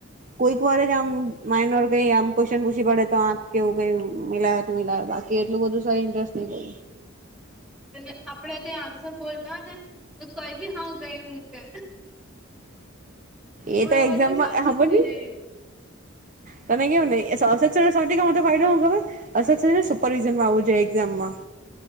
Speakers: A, on the right; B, in the centre.
A: કોઈક વાર જ આમ માઇડર કઈ ક્વેશ્ચન પૂછી પડે તો હ આખ કેવું કઇ મિલાવે તો મિલાવે બાકી કે એટલું બધું સર ઇન્ટરેસ્ટ નહી લે.
B: અને આપડે કઈ આન્સર બોલતા હોય ને તો કઈ બી હા કઈ હું કે
A: એ તો
B: અવાજ
A: એક્ઝામ
B: બી
A: માં
B: સર સુધી
A: હમણની
B: નહી જાય
A: તને કેવું નહીમાં <unintelligible> તો ફાયદો હો ખબર હ અસ સર
B: હા
A: છ સુપરવિઝનમાં આવું જોઈ એક્ઝામમાં